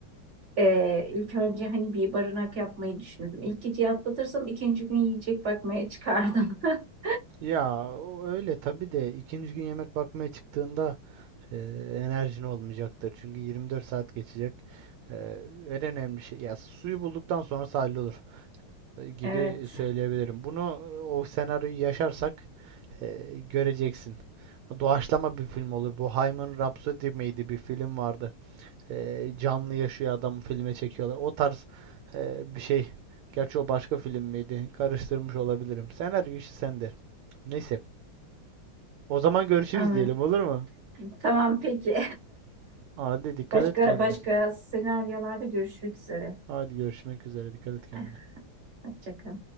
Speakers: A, on the right; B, on the right.
A: Ee, ilk önce hani bir barınak yapmayı düşündüm. İlk geceyi atlatırsam ikinci gün yiyecek bakmaya çıkardım. <laughs>
B: Ya o öyle tabii de ikinci gün yemek bakmaya çıktığında e, enerjin olmayacaktır. Çünkü 24 saat geçecek. E, en önemli şey ya suyu bulduktan sonra sahil olur e, gibi
A: Evet.
B: söyleyebilirim. Bunu e, o senaryoyu yaşarsak e, göreceksin. Doğaçlama bir film olur. Bu Hayman Rhapsody miydi bir film vardı. E, canlı yaşıyor adam filme çekiyorlar. O tarz e, bir şey. Gerçi o başka film miydi? Karıştırmış olabilirim. Senaryo işi sende. Neyse. O zaman görüşürüz
A: Ama-
B: diyelim olur mu?
A: Tamam peki.
B: Hadi
A: <laughs>
B: dikkat
A: Başka
B: et kendine.
A: başka senaryolarda görüşmek üzere.
B: Hadi görüşmek üzere dikkat et kendine.
A: <laughs> Eh, Hoşça kal.